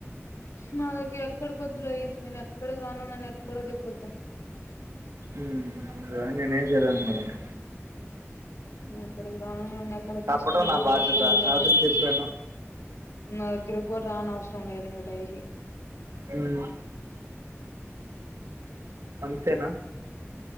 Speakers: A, on the left; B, on the right.
A: నా దగ్గర ఎక్కడికొద్దులే అయ్య. నేను ఎక్కడికి రాను. నన్ను ఎక్కడికి తిప్పోద్దు.
B: మ్ దానికి నేనేం చేయలేను మరి ఇంక.
A: నే ఎక్కడికి రాను. నన్ను ఎక్కడకి
B: చెప్పడం
A: తీస్కొని
B: నా
A: పోనవస్రం
B: బాధ్యత
A: కూడ
B: అది
A: లేదు.
B: చెప్పాను
A: నా దగ్గరకి గూడ రానవస్రం లేదు ఇంగ డైలీ.
B: మ్ అంతేనా!